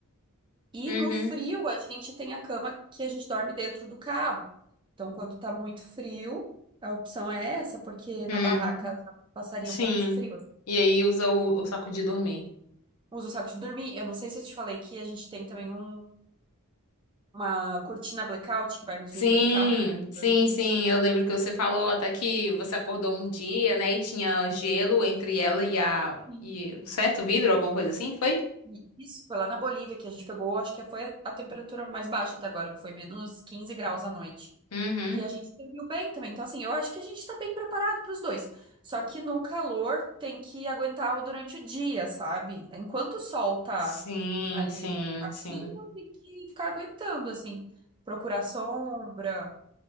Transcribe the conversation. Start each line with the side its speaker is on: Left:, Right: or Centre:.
Right: E
Left: Uhum.
Right: no frio, a gente tem a cama que a gente dorme dentro do carro. Então, quando tá muito frio, a opção é essa, porque na
Left: Hum,
Right: barraca já passaria
Left: sim.
Right: um pouco de frio.
Left: E aí usa o, o saco de dormir.
Right: Usa o saco de dormir. Eu não sei se eu te falei que a gente tem também um- uma cortina blackout que vai nos
Left: Sim,
Right: vidros do carro.
Left: sim,
Right: Gente,
Left: sim. Eu lembro que você falou até que você acordou um dia, né, e tinha gelo entre ela e a
Right: Sim.
Left: e certo, o vidro, alguma coisa assim, foi?
Right: e Isso, foi lá na Bolívia que a gente pegou, acho que foi a temperatura mais baixa até agora, que foi menos 15 graus à noite.
Left: Uhum.
Right: E a gente serviu bem também. Então, assim, eu acho que a gente tá bem preparado para os dois. Só que no calor tem que aguentar o- durante o dia, sabe? Enquanto o sol tá
Left: Sim,
Right: aí
Left: sim,
Right: ativo,
Left: sim.
Right: tem que ficar aguentando, assim. Procurar sombra,